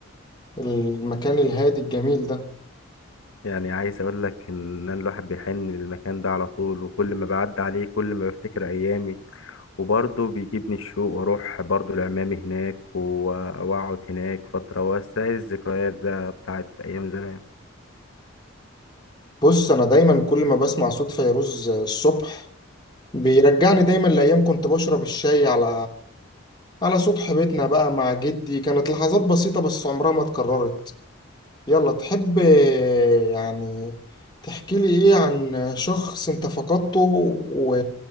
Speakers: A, on the left; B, on the left.
A: المكان الهادي الجميل ده
B: يعني عايز اقول لك ان أنا الواحد بيحن للمكان ده على طول وكل ما بعدي عليه كل ما بفتكر ايامي وبرضه بيجيبني الشوق واروح برضه لعمامي هناك و- واقعد هناك فترة واستعيد الذكريات ده بتاعت ايام زمان
A: بص انا دايما كل ما بسمع صوت فيروز الصبح بيرجعني دايما لأيام كنت بشرب الشاي على على سطح بيتنا بقى مع جدي كانت لحظات بسيطة بس عمرها ما اتكررت يلا تحب يعني تحكي لي ايه عن شخص انت فقدته و...